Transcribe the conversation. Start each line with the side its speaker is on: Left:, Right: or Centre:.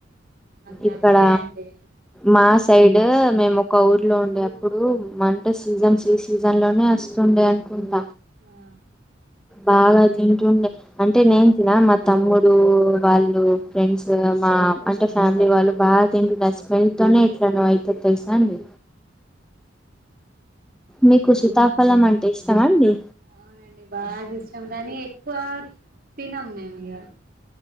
Right: నాకు నచ్చాయండి
Centre: ఇక్కడ మాస్ సైడూ మేము ఒక ఊర్లో ఉండే అప్పుడు మంట సీజన్స్ ఈ సీజన్ లోనే అస్ తుండే అనుకుంట
Right: ఆ
Centre: బాగా తింటుండే అంటే నేను తిన మ తమ్ముడు వాళ్ళు ఫ్రెండ్స్ మా అంటే ఫ్యామిలీ వాళ్ళు బా తింటారు ఆ స్మెల్ తోనే ఎట్లనో అయిపోతది తెలుసా అండి మీకు సీతాఫలం అంటే ఇష్టమా అండి
Right: ఆ అవునండి బాగిష్టం కానీ ఎక్కువ తినం మేము ఇగ